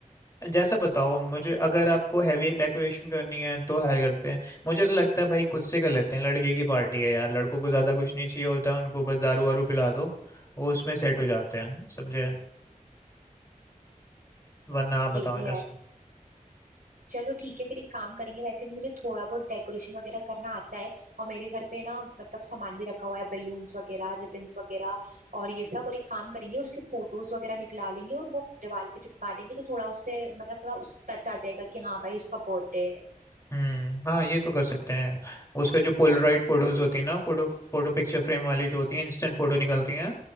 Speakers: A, on the left (about 20°); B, on the right (about 75°).
A: जैसा बताओ मुझे अगर आपको हैवी डेकोरेशन करनी है तो हायर करते हैं मुझे तो लगता है भाई खुद से कर लेते हैं लड़के की पार्टी है यार लड़कों को ज़्यादा कुछ नहीं चाहिए होता उनको बस दारू वारू पिला दो वो उसमें सेट हो जाते हैं समझे
B: हाँ,
A: वरना आप बताओ
B: ये भी
A: जैसा
B: है चलो ठीक है फिर एक काम करेंगे वैसे भी मुझे थोड़ा बहुत डेकोरेशन वगैरह करना आता है और मेरे घर पे ना मतलब सामान भी रखा हुआ है बलून्स वगैरह रिबन्स वगैरह और ये सब और एक काम करेंगे उसके फोटोज वगैरह निकला लेंगे और वो दीवार पे चिपका देंगे तो थोड़ा उससे मतलब थोड़ा उस टच आ जाएगा कि हाँ भाई उसका बर्थडे
A: हम्म हाँ ये तो कर सकते हैं उसका जो पोलराइड
B: है
A: फोटोज होती है ना फोटो फोटो पिक्चर फ्रेम वाली जो होती है इंस्टेंट फोटो निकलती हैं